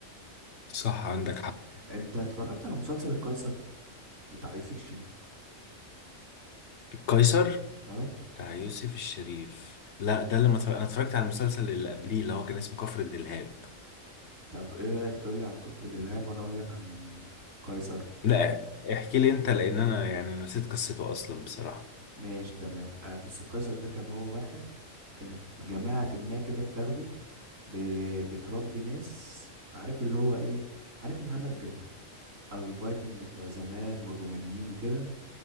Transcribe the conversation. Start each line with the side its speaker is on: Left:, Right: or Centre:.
Left: صح عندك حق
Right: انت اتفرجت على مسلسل القيصر بتاع يوسف شريف
Left: قيصر
Right: اه
Left: بتاع يوسف الشريف لا ده اللي ما اتفرج... انا اتفرجت على المسلسل اللي قبليه اللي هو كان اسمه كفر دلهاب
Right: طب ايه رأيك تقولي عن كفر دلهاب وانا اقول لك عن قيصر
Left: لا احكي لي انت لان انا يعني نسيت قصته اصلا بصراحة
Right: ماشي تمام آه بص القيصر ده كان هو واحد كانت جماعة ما كده بتاخده ب... بتربي ناس عارف اللي هو ايه عارف الهمج او الفايكنج بتوع زمان والرومانيين وكده